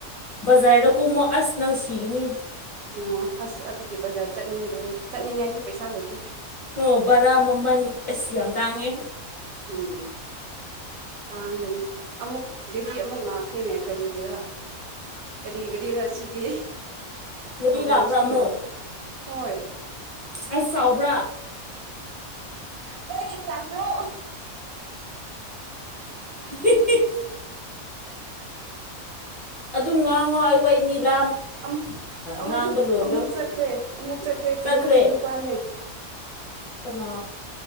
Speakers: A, on the left (about 30°); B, on the right (about 80°).
A: ꯕꯖꯥꯔꯗ ꯀꯨꯝꯃꯣ ꯑꯁ ꯅꯪ ꯁꯤꯒꯅꯤ
B: ꯑꯣ ꯑꯁ ꯑꯗꯨꯒꯤ ꯕꯖꯥꯔ ꯆꯠꯅꯤꯡꯗ꯭ꯔꯦ ꯆꯠꯅꯤꯡꯉꯥꯏꯁꯨ ꯄꯩꯁꯥ ꯂꯩꯇꯦ
A: ꯑꯣ ꯕꯔꯥ ꯃꯃꯜ ꯑꯁꯤ ꯌꯥꯝ ꯇꯥꯡꯉꯦ
B: ꯎꯝ ꯇꯥꯡꯒꯅꯤ ꯑꯃꯨꯛ ꯒꯥꯔꯤ ꯑꯃꯨꯛ ꯂꯥꯛꯈ꯭ꯔꯦꯅꯦ ꯀꯔꯤꯒꯤꯔꯥ ꯀꯔꯤ ꯒꯥꯔꯤꯔ ꯁꯤꯗꯤ
A: ꯒꯥꯔꯤ
B: ꯍꯪꯗ꯭ꯔꯁꯨ
A: ꯂꯥꯛꯄ꯭ꯔꯥ ꯑꯃꯨꯛ
B: ꯌꯥꯕ ꯍꯣꯏ
A: ꯑꯁ ꯆꯥꯎꯕ꯭ꯔꯥ
B: ꯀꯦꯗꯤꯒꯤ ꯂꯥꯛꯈꯣ
A: <unintelligible> ꯑꯗꯨꯝ ꯉꯥꯡꯉꯣ ꯑꯩꯈꯣꯏ ꯅꯤ ꯂꯥ
B: ꯑꯃꯨꯛ ꯑꯃꯨꯛ
A: ꯉꯥꯡꯕ ꯂꯣꯟꯗꯣ
B: ꯑꯃꯨꯛ ꯆꯠꯈ꯭ꯔꯦ ꯑꯃꯨꯛ
A: ꯆꯠꯈ꯭ꯔꯦ
B: ꯀꯩꯅꯣꯒꯤ ꯅꯨꯄꯥꯅꯦ <inaudible>
A: ꯍꯩꯃ